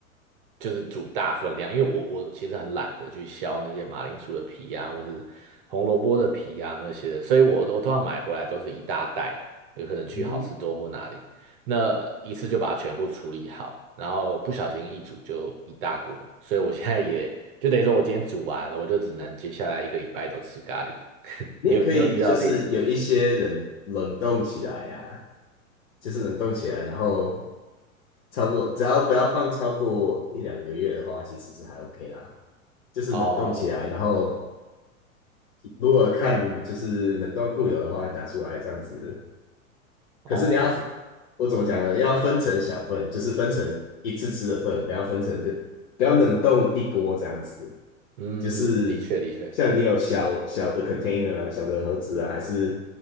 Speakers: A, on the right; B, on the left.
A: 就是煮大分量，因为我我其实很懒得去削那些马铃薯的皮呀、或者红萝卜的皮呀、那些的，所以我我通常买回来都是一大袋，有可能去好市多或哪里。
B: 嗯哼，
A: 那一次就把它全部处理好，然后不小心一煮就一大锅，所以我现在也就等于说我今天煮完，我就只能接下来一个礼拜都吃咖喱。
B: 你也可以就是有一些人冷冻起来啊，
A: 你有你有遇到类似的？
B: 就是冷冻起来，然后差不多只要不要放超过一两个月的话，其实是还 OK 啦。就是冷冻起来，
A: 哦
B: 然后如果看就是冷冻库有的话拿出来这样子，
A: 哦，
B: 可是你要，我怎么讲呢？要分成小份，就是分成一次吃的份，不要分成就不要冷冻一锅这样子。
A: 嗯，
B: 就是像你有小小的
A: 的确的确，
B: container 啊，小的盒子啊，还是